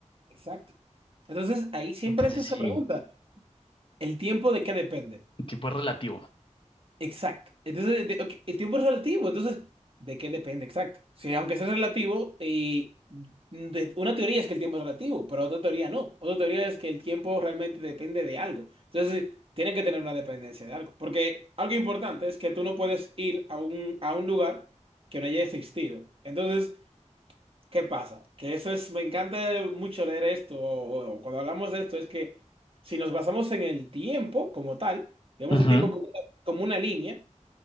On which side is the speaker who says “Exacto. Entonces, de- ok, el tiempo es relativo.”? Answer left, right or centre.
Right